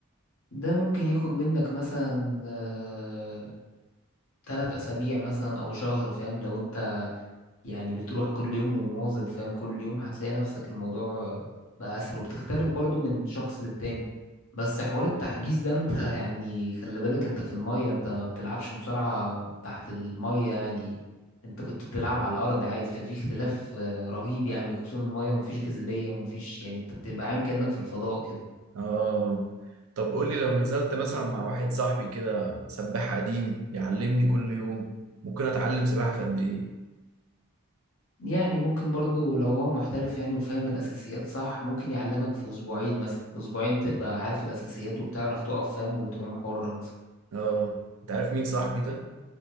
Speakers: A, on the left (about 65°); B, on the right (about 75°).
A: ده ممكن ياخد منك مثلا آه، تلات أسابيع مثلا أو شهر فاهم لو أنت يعني بتروح كل يوم ومواظب فاهم كل يوم هتلاقي نفسك الموضوع بقى أسهل وبتختلف برضو من شخص للتاني بس حوار التحجيز ده انت <laughs> يعني خلي بالك انت في المية انت ما بتلعبش مصارعة تحت المية يعني انت كنت بتلعب على الأرض عادي ففي اختلاف آه، رهيب يعني خصوصا المية مفيش جاذبية ومفيش يعني انت بتبقى عايم كأنك في الفضاء كده
B: اه طب قول لي لو نزلت مثلا مع واحد صاحبي كده سباح قديم يعلمني كل يوم ممكن اتعلم سباحة في قد ايه
A: يعني ممكن برضو لو هو محترف يعني وفاهم الأساسيات صح ممكن يعلمك في أسبوعين مثلا أسبوعين تبقى عارف الأساسيات وبتعرف تقف فاهم وبتعوم حرة مثلا
B: اه انت عارف مين صاحبي ده